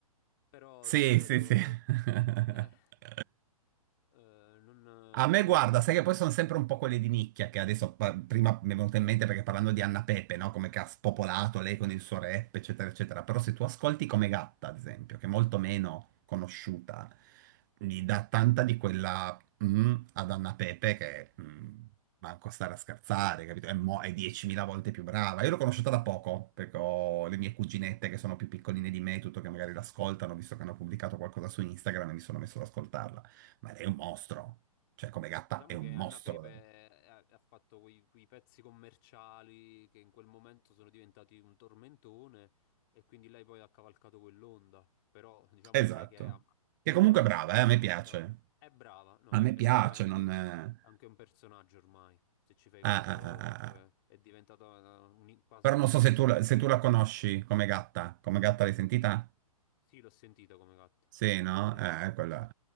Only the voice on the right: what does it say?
sì,
sì, sì. <laughs>
A me
guarda,
sai
che poi sono sempre un po' quelle di nicchia che adesso pa- prima mi è venuto in mente perché parlando di Anna Pepe, no? Come che ha spopolato lei
con il suo rap, eccetera, eccetera. Però se tu ascolti come Gatta, ad esempio, che è molto meno conosciuta, gli dà tanta di quella mm, ad Anna Pepe che mm, manco stare a scherzare,
capito? È, mo- è 10.000 volte più brava. Io l'ho conosciuta da poco perché ho le mie cuginette che sono più piccoline di me, tutto che magari l'ascoltano, visto che hanno pubblicato qualcosa su Instagram e mi sono messo ad ascoltarla. Ma lei è un mostro. Cioè, come gatta
è un
mostro.
Esatto.
Che comunque
è brava,
eh, a me piace.
A me
piace,
non... eh,
ah,
ah, ah,
ah.
Però non so
se tu,
la-
se tu la conosci come gatta. Come gatta l'hai sentita?
Sì, no?
Eh, quella...